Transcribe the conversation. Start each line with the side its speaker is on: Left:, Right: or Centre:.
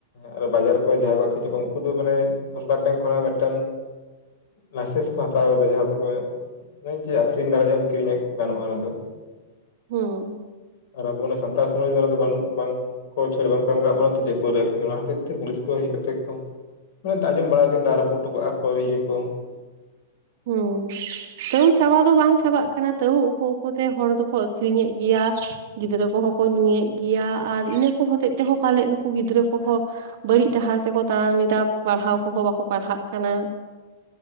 Left: ᱟᱫᱚ ᱵᱟᱡᱟᱨ ᱠᱚᱨᱮ ᱡᱟᱦᱟᱸᱭ ᱵᱟᱠᱚ ᱪᱟᱵᱟᱭᱟ ᱩᱱᱠᱩ ᱫᱚ ᱢᱟᱱᱮ ᱥᱚᱨᱠᱟᱨ ᱴᱷᱮᱱ ᱠᱷᱚᱱᱟᱜ ᱢᱤᱫᱴᱮᱱ ᱞᱟᱭᱥᱮᱸᱥ ᱠᱚ ᱦᱟᱛᱟᱣ ᱠᱟᱫᱟ ᱡᱟᱦᱟᱸ ᱫᱚᱠᱚ ᱡᱮ ᱟᱹᱠᱷᱨᱤᱧ ᱫᱟᱲᱮᱭᱟᱜᱼᱟᱢ ᱠᱤᱨᱤᱧ ᱜᱟᱱᱚᱜᱼᱟ ᱚᱱᱟ ᱫᱚ
Right: ᱦᱩᱸ
Left: ᱟᱨ ᱟᱵᱚ ᱚᱱᱟ ᱥᱟᱱᱛᱟᱲ ᱥᱚᱢᱟᱡᱽ ᱚᱱᱟ ᱫᱚ ᱵᱟᱹᱱᱩᱜ ᱵᱟᱝ ᱠᱚ ᱪᱷᱟᱹᱲ ᱵᱟᱝᱠᱚ ᱮᱢ ᱠᱟᱜ ᱵᱚᱱᱟ ᱡᱮ ᱯᱟᱹᱣᱨᱟᱹ ᱟᱹᱠᱷᱨᱤᱧ ᱚᱱᱟ ᱦᱚᱛᱮᱡ ᱛᱮ ᱯᱩᱞᱤᱥ ᱠᱚ ᱦᱮᱡ ᱠᱟᱛᱮ ᱠᱚ ᱢᱟᱱᱮ ᱟᱸᱡᱚᱢ ᱵᱟᱲᱟ ᱫᱟᱹᱧ ᱫᱟᱞ ᱨᱟᱯᱩᱫ ᱦᱚᱴᱚ ᱠᱟᱜᱼᱟ ᱠᱚ ᱤᱭᱟᱹ ᱠᱚ
Right: ᱦᱩᱸ ᱛᱟᱹᱣ ᱪᱟᱵᱟ ᱫᱚ ᱵᱟᱝ ᱪᱟᱵᱟᱜ ᱠᱟᱱᱟ ᱛᱟᱹᱣ ᱩᱠᱩ ᱩᱠᱩᱛᱮ ᱦᱚᱲ ᱫᱚᱠᱚ ᱟᱹᱠᱷᱨᱤᱧ ᱮᱫ ᱜᱮᱭᱟᱹ ᱜᱤᱫᱽᱨᱟᱹ ᱠᱚᱦᱚᱸ ᱠᱚ ᱧᱩᱭᱮᱫ ᱜᱮᱭᱟ ᱟᱨ ᱤᱱᱟᱹ ᱠᱚ ᱦᱚᱛᱮᱡ ᱛᱮᱦᱚᱸ ᱯᱟᱞᱮᱫ ᱱᱩᱠᱩ ᱜᱤᱫᱽᱨᱟᱹ ᱠᱚᱦᱚᱸ ᱵᱟᱹᱲᱤᱡ ᱰᱟᱦᱟᱨ ᱛᱮᱠᱚ ᱛᱟᱲᱟᱢ ᱮᱫᱟ ᱯᱟᱲᱦᱟᱣ ᱠᱚᱦᱚᱸ ᱵᱟᱠᱚ ᱯᱟᱲᱦᱟᱜ ᱠᱟᱱᱟᱹ